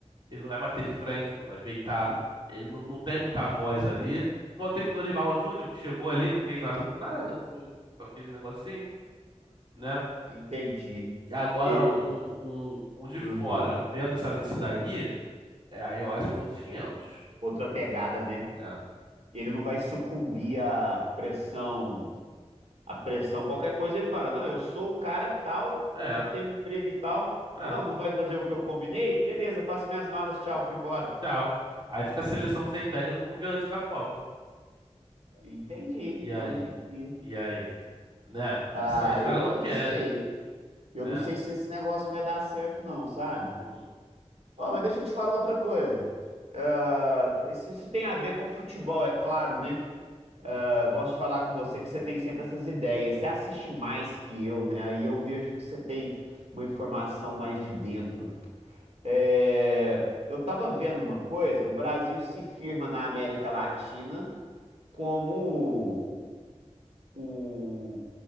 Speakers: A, on the right; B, on the right.
A: ele não vai bater de frente, não vai beitar. Ele não, não tem muita voz ali. Igual teve o Dorival Júnior, que chegou ali, não fez nada com nada, foi- só fez um negocinho, né?
B: Entendi.
A: E agora
B: Eu,
A: um, um, um de
B: Uhum.
A: fora vendo essa, isso daí, é, aí eu acho que outros 500.
B: Outra pegada, né?
A: É,
B: Ele não vai sucumbir à pressão a pressão, qualquer coisa, ele fala: Não, eu sou o cara tal,
A: é,
B: que eu tenho emprego e tal.
A: é,
B: Ah, não, não vai fazer o que eu combinei? Beleza, faço minhas malas, tchau, fui embora.
A: tchau. Aí fica a seleção sem técnico um dia antes da Copa.
B: Entendi,
A: E
B: não
A: aí?
B: entendi.
A: E aí? Né?
B: Ah,
A: Isso aí os caras
B: eu,
A: não
B: eu
A: querem,
B: não sei. Eu
A: né?
B: não sei se esse negócio vai dar certo, não, sabe?
A: Uhum,
B: Ó, mas deixa eu te falar outra coisa. Ah, isso, isso tem a ver com futebol, é claro, né? Ah, eu gosto de falar com você que você tem sempre essas ideias. Você assiste mais que eu, né? Aí eu vejo que você tem uma informação mais de dentro. É, eu estava vendo uma coisa, o Brasil se firma na América Latina como o,